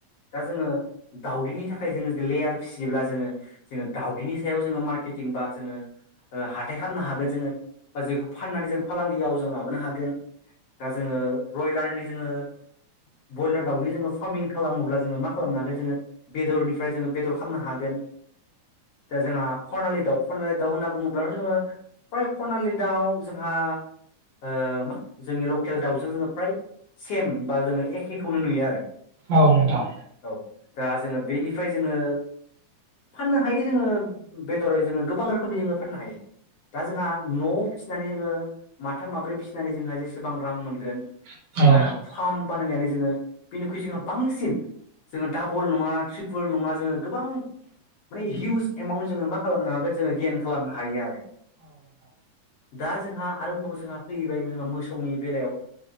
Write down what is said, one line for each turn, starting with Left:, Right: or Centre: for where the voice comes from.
Left: दा जोंङो दाावदैनि थाखाय जोंङो लेयार फिसियोब्ला जोंङो जोंङो दाउदैनि सायाव जोंङो मार्केटिं बा जोंङो हाथाय खालामनो हागोन जोंङो बा जायखौ फाननानै जों फालांगियाव जों लाबोनो हागोन दा जोङो ब्रयलारनि जोङो बयलार दाउनि जोङो फार्मिं खालामोब्ला जोङो मा खालामनो हागोन जोङो बेदरनिफ्राय जोङो बेदर खामनो हागोन। दा जोंहा खनालि दाउ खनालि दाउ होनना बुङोब्लाथ' जोङो प्राय खनालि दाउ जोंहा ओ मा जोंनि लकेल दाउजों जोङो फ्राय सेम बा जोङो एखेखौनो नुयो आरो
Right: औ नोंथां।
Left: औ दा जोङो बेनिफाय जोङो फाननो हायो जोङो बेदरै जोङो गोबां रोखोमनि जोङो फाननो हायो। दा जोंहा न'आव फिसिनानै जोङो माथाम माब्रै फिसिनानै जोंहा जेसेबां रां मोनगोन।
Right: नोंथां
Left: जोंहा फार्म बानायनानै जोङो बेनिखुइ जोंहा बांसिन जोङो डाबल नङा ट्रिपोल नङा जोङो गोबां माने हिउज एमाउन्ट जोङो मा खालामनो हागोन जोङो गेइन खालामनो हायो आरो। दा जोंहा आरोबाव जोंहा फैबाय जोंहा मोसौनि बेलायाव